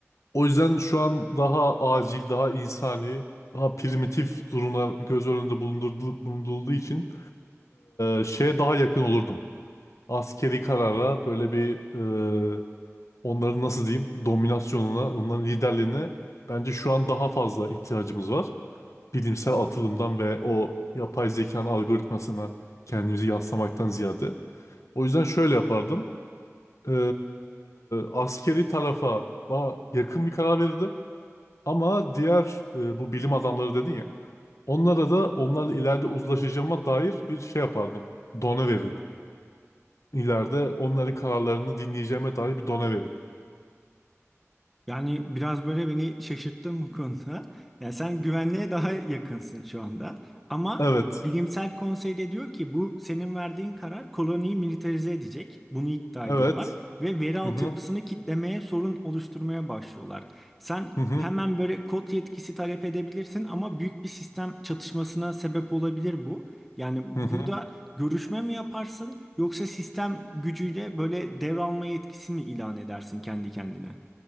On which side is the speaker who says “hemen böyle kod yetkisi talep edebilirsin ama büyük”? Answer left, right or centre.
Centre